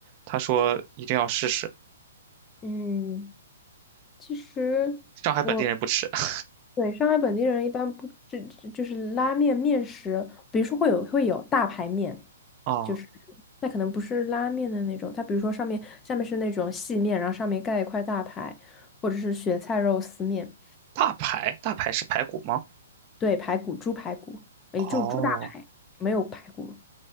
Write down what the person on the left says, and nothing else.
嗯，其实。
我。
对，上海本地人一般不，这这就是拉面面食，比如说会有会有大排面，
就是那可能不是拉面的那种，它比如说上面下面是那种细面，然后上面盖一块大排，或者是雪菜肉丝面，
对，排骨、猪排骨，也就猪大排，
没有排骨，